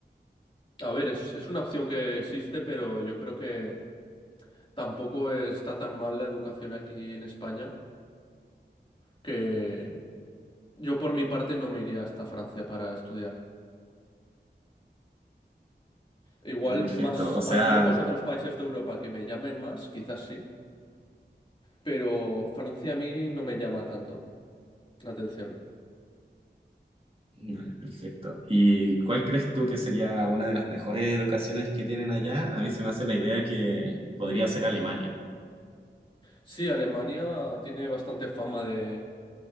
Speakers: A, on the left; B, on the right.
A: A ver, es, es una opción que existe, pero yo creo que tampoco está tan mal la educación aquí en España que yo por mi parte no me iría hasta Francia para estudiar. Igual
B: Vale, perfecto.
A: más,
B: O sea,
A: más lejos, otros países de Europa que me llamen más, quizás sí, pero Francia a mí no me llama tanto. La atención.
B: vale, perfecto. ¿Y cuál crees tú que sería una de las mejores educaciones que tienen allá? A mí se me hace la idea que podría ser Alemania.
A: Sí, Alemania tiene bastante fama de,